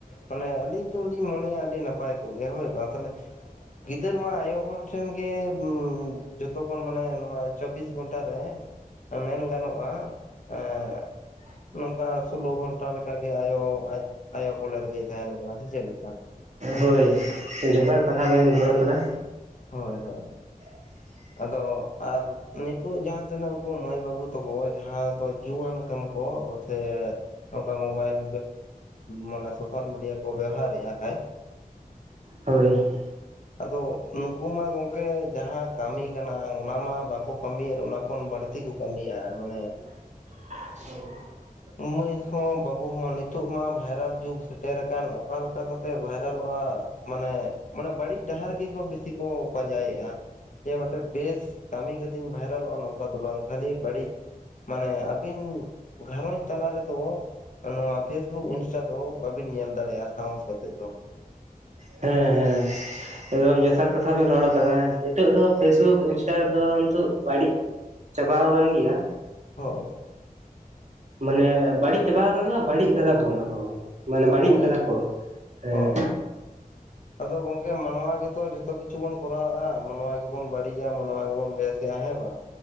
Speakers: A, on the left (about 55°); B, on the right (about 50°).
A: ᱢᱟᱱᱮ ᱟᱹᱞᱤᱧ ᱫᱚᱞᱤᱧ ᱢᱚᱱᱮᱭᱟ ᱟᱹᱰᱤ ᱱᱟᱯᱟᱭ ᱠᱚᱜ ᱜᱮᱭᱟ, ᱦᱳᱭ ᱵᱟᱝ ᱛᱟᱦᱚᱞᱮ ᱜᱤᱫᱟᱹᱨ ᱢᱟ ᱟᱭᱳ ᱦᱚᱲ ᱴᱷᱮᱱ ᱜᱮ ᱡᱚᱛᱚᱠᱷᱚᱱ ᱢᱟᱱᱮ ᱱᱚᱣᱟ ᱪᱚᱵᱤᱥ ᱜᱷᱚᱱᱴᱟ ᱨᱮ ᱢᱮᱱ ᱜᱟᱱᱚᱜᱼᱟ
B: <inaudible>
A: ᱮᱸ ᱱᱚᱝᱠᱟ ᱥᱳᱞᱳ ᱜᱷᱚᱱᱴᱟ ᱞᱮᱠᱟᱜᱮ ᱟᱭᱳ ᱟᱡ ᱟᱭᱳ ᱠᱚᱞᱮ ᱨᱮᱜᱮ ᱛᱟᱦᱮᱱ ᱠᱟᱱᱟ, ᱥᱮ ᱪᱮᱫᱞᱮᱠᱟ
B: ᱦᱳᱭ ᱡᱚᱛᱷᱟᱛ ᱠᱟᱛᱷᱟ ᱵᱮᱢ ᱨᱚᱲ ᱟᱠᱟᱫᱟ᱾
A: ᱦᱳᱭ ᱦᱳᱭ
B: <inaudible>
A: ᱟᱫᱚ ᱟᱨ ᱱᱤᱛᱚᱜ ᱡᱟᱦᱟᱸ ᱛᱤᱱᱟᱹᱜ ᱠᱩ ᱢᱟᱹᱭ ᱵᱟᱹᱵᱩ ᱛᱟᱠᱚ ᱡᱟᱦᱟᱸ ᱫᱚ ᱡᱩᱣᱟᱹᱱ ᱠᱟᱱ ᱠᱚ ᱥᱮ ᱱᱚᱝᱠᱟ ᱢᱳᱵᱟᱭᱤᱞ ᱢᱟᱱᱮ ᱥᱳᱥᱟᱞ ᱢᱤᱰᱤᱭᱟ ᱠᱚ ᱵᱮᱣᱦᱟᱨᱮᱫᱼᱟ ᱠᱷᱟᱡ
B: ᱦᱳᱭ
A: ᱟᱫᱚ ᱱᱩᱠᱩ ᱢᱟ ᱜᱚᱢᱠᱮ ᱡᱟᱦᱟᱸ ᱠᱟᱹᱢᱤ ᱠᱟᱱᱟ ᱚᱱᱟ ᱢᱟ ᱵᱟᱝᱠᱚ ᱠᱟᱹᱢᱤ ᱭᱮᱫ ᱚᱱᱟ ᱠᱷᱚᱱ ᱵᱟᱹᱲᱛᱤ ᱠᱩ ᱠᱟᱹᱢᱤᱭᱟ ᱢᱟᱱᱮ᱾
B: <inaudible>
A: ᱢᱟᱹᱭ ᱦᱚᱸ ᱵᱟᱹᱵᱩ ᱦᱚᱸ ᱱᱤᱛᱚᱜ ᱢᱟ ᱵᱷᱟᱭᱨᱟᱞ ᱡᱩᱜᱽ ᱥᱮᱴᱮᱨ ᱟᱠᱟᱱ, ᱚᱠᱟ ᱞᱮᱠᱟ ᱠᱟᱛᱮᱜ ᱵᱷᱟᱭᱨᱟᱞᱚᱜ-ᱟ᱾ ᱢᱟᱱᱮ ᱢᱟᱱᱮ ᱵᱟᱹᱲᱤᱡ ᱰᱟᱦᱟᱨ ᱜᱮᱠᱚ ᱵᱮᱥᱤ ᱠᱚ ᱯᱟᱸᱡᱟᱭᱮᱜ-ᱟ᱾ ᱡᱮ ᱢᱤᱫᱴᱮᱡ ᱵᱮᱥ ᱠᱟᱢᱤ ᱠᱟᱹᱛᱤᱧ ᱵᱷᱟᱭᱨᱟᱞᱚᱜ-ᱟ ᱱᱚᱝᱠᱟ ᱫᱚ ᱵᱟᱝ ᱠᱷᱟᱞᱤ ᱵᱟᱹᱲᱤᱡ ᱢᱟᱱᱮ ᱟᱵᱤᱱ ᱜᱷᱟᱨᱚᱸᱡᱽ ᱛᱟᱞᱟ ᱨᱮᱫᱚ᱾ ᱱᱚᱶᱟ ᱯᱷᱮᱥᱵᱩᱠ ᱤᱱᱥᱴᱟ ᱫᱚ ᱵᱟᱵᱤᱱ ᱧᱮᱞ ᱫᱟᱲᱮᱭᱟᱜ-ᱟ ᱥᱟᱦᱚᱸᱥ ᱠᱟᱛᱮᱜ ᱫᱚ᱾
B: ᱦᱮᱸ ᱦᱮᱸ᱾ ᱮᱠᱫᱚᱢ ᱡᱚᱛᱷᱟᱛ ᱠᱟᱛᱷᱟ ᱵᱮᱱ ᱨᱚᱲ ᱟᱠᱟᱫᱟ, ᱦᱮᱸ ᱱᱤᱛᱚᱜ ᱫᱚ ᱯᱷᱮᱥᱵᱩᱠ ᱤᱱᱥᱴᱟ ᱫᱚ ᱱᱤᱛᱩᱜ ᱵᱟᱲᱤᱡ ᱪᱟᱵᱟᱣ ᱠᱟᱱ ᱜᱮᱭᱟ᱾
A: ᱦᱚᱭ᱾
B: ᱢᱟᱱᱮ ᱵᱟᱲᱤᱡ ᱪᱟᱵᱟ ᱟᱠᱟᱱᱟ ᱵᱟᱲᱤᱡ ᱠᱟᱫᱟ ᱵᱚᱱ ᱟᱵᱚ ᱜᱮ‌ ᱢᱟᱱᱮ
A: ᱟᱵᱚᱜᱮ
B: ᱵᱟᱲᱤᱡ ᱟᱠᱟᱫᱟ ᱠᱚ, ᱦᱮᱸ᱾
A: ᱦᱳᱭ ᱟᱫᱚ ᱜᱚᱝᱠᱮ ᱢᱟᱱᱶᱟ ᱜᱮᱛᱚ ᱡᱚᱛᱚ ᱠᱤᱪᱷᱩ ᱵᱚᱱ ᱠᱚᱨᱟᱣᱮᱜ-ᱟ, ᱢᱟᱱᱶᱟ ᱜᱮᱵᱚᱱ ᱵᱟᱹᱲᱤᱡ-ᱟ, ᱢᱟᱱᱶᱟ ᱜᱮᱵᱚᱱ ᱵᱮᱥ-ᱟ, ᱦᱮᱸ ᱵᱟᱝ᱾